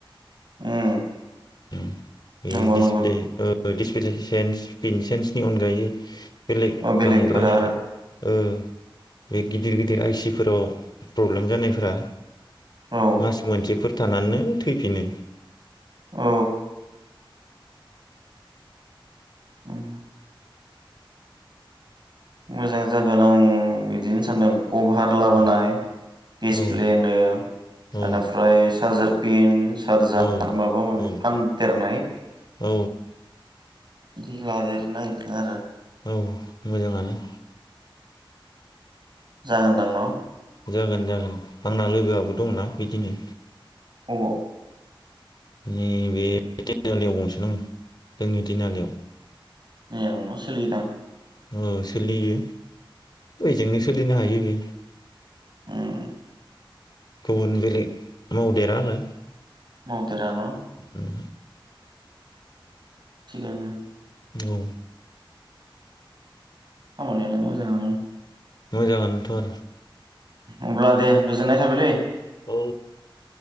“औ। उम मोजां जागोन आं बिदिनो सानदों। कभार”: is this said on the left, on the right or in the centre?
Right